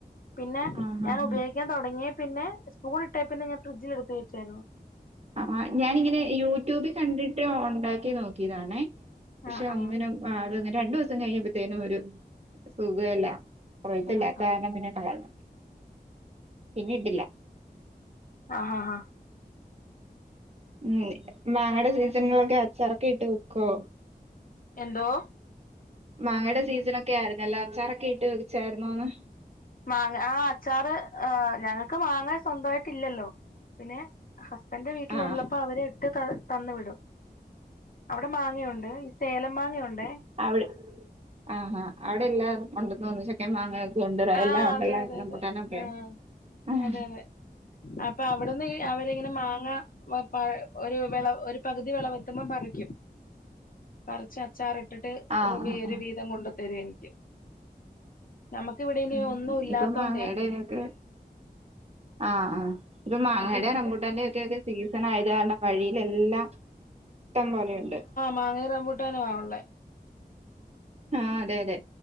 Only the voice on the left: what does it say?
പിന്നെ
ഞാൻ ഉപയോഗിക്കാൻ
തുടങ്ങിയ പിന്നെ സ്പൂൺ ഇട്ടേ പിന്നെ ഞാൻ ഫ്രിഡ്ജിൽ എടുത്ത് വച്ചായിരുന്നു.
ആഹ്
ആഹ്
ആഹ്
ആഹാ ഹാ
എന്തോ
മാങ്ങ ആഹ് അച്ചാറ് ആഹ് ഞങ്ങൾക്ക് മാങ്ങ സ്വന്തമായിട്ടില്ലല്ലോ പിന്നെ ഹസ്ബൻഡ വീട്ടിലുള്ളപ്പോ
അവരെ എടുത്ത് ത തന്ന് വിടും. അവിടെ മാങ്ങയുണ്ട്, ഈ സേലം മാങ്ങയുണ്ടേ.
ആ
അതെ അതെ
അതെ ആ
അതെ അതെ അപ്പൊ അവിടുന്ന് അവരിങ്ങനെ മാങ്ങ ഇപ്പൊ ഒരു വിള ഒരു പകുതി വിളവത്തുമ്പം പറിക്കും. പറിച്ച് അച്ചാറിട്ടിട്ട്
വേര്
വീതം കൊണ്ട് തരും എനിക്ക്. നമുക്ക് ഇവിടെ ഇനി
ഒന്നും ഇല്ലാത്തോണ്ടേ
അപ്പൊ ഇങ്ങനെ
മാങ്ങയുംറമ്പൂട്ടാനും ഒള്ളേ.